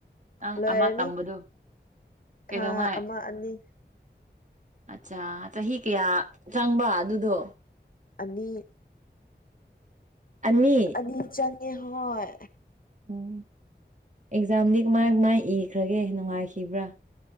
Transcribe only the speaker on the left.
ꯂꯣꯏꯔꯅꯤ
ꯊꯥ ꯑꯃ ꯑꯅꯤ
ꯑꯅꯤ
ꯑ ꯆꯪꯦ ꯍꯣꯏ